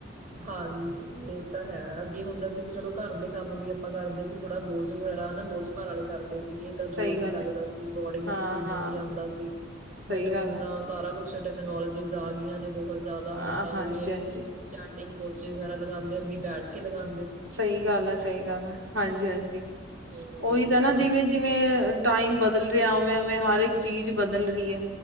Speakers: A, on the right (about 40°); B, on the right (about 65°).
A: ਹਾਂਜੀ ਏ ਤਾਂ ਹੈ ਅੱਗੇ ਹੁੰਦਾ ਸੀ ਵੀ ਚਲੋ ਘਰ ਦੇ ਕੰਮ ਵੀ ਆਪਾਂ ਕਰਦੇ ਸੀ ਥੋੜਾ ਬੋਝ ਵਗੈਰਾ ਹਨਾ ਬੋਝ ਘਰ ਆਲੇ ਕਰਦੇ ਸੀਗੇ ਤਾਂ
B: ਸਹੀ
A: ਜੋੋਰ ਵੀ
B: ਗੱਲ
A: ਲੱਗਦਾ
B: ਹੈ
A: ਸੀ, ਬੋਡੀ ਨੂੰ
B: ਹਾਂ-ਹਾਂ
A: ਪਸੀਨਾ ਵੀ ਆਂਦਾ ਸੀ
B: ਸਹੀ
A: ਬਟ ਹੁਣ
B: ਗੱਲ ਹੈ
A: ਤਾਂ ਸਾਰਾ ਕੁਛ ਟੈ ਕਨੋਲੋਜੀਸ ਆ ਗਈਆਂ ਨੇ ਬਹੁਤ ਜਿਆਦਾ
B: ਅ
A: ਹੁਣ ਤਾਂ
B: ਹਾਂਜੀ-ਹਾਂਜੀ
A: ਜਿਵੇਂ ਚਾਂਡਿੰਗ ਪੋਚੇ ਵਗੈਰਾ ਲਗਾਂਦੇ ਅੱਗੇ ਬੈਠ ਕੇ ਲਗਾ
B: ਸਈ ਗੱਲ ਐ, ਸਈ ਗੱਲ ਐ ਹਾਂਜੀ-ਹਾਂਜੀ,
A: ਹੋਰ
B: ਉਹੀ
A: ਕਿਆ
B: ਤਾਂ ਨਾ ਜਿਵੇਂ ਜਿਵੇਂ ਟਾਈਮ ਬਦਲ ਰੇਆ ਉਵੇਂ-ਉਵੇਂ ਹਰ ਏਕ ਚੀਜ਼ ਬਦਲ ਰੀ ਏ।